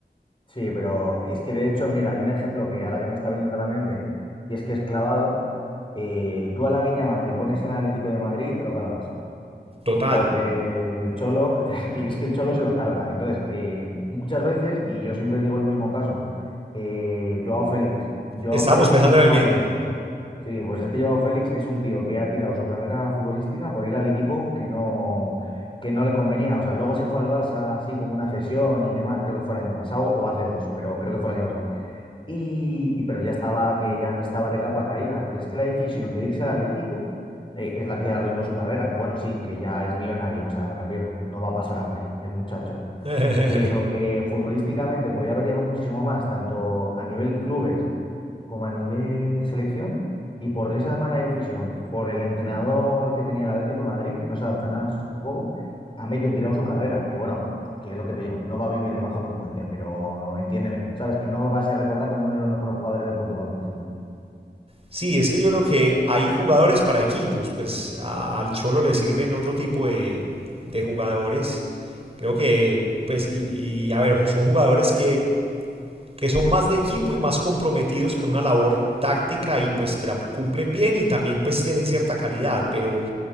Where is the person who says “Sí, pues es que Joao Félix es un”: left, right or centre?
Left